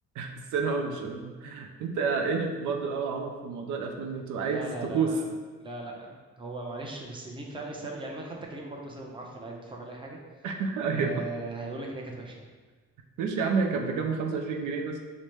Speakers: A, on the right; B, on the right.
A: السينما مش انت انف برضه قوي يا عمر في موضوع الافلام ده بتبقى
B: لا
A: عايز
B: لا
A: تكوس
B: لا لا لا لا هو معلش بس دي فعلا يسأل يعني ما- حتى كريم برضه سأله معفن عادي بيتفرج على أي حاجة
A: <laughs> ايوه
B: أه هيقول لك إن هي كانت وحشة يعني
A: مش يا عم هي كانت بكام 25 جنيه بس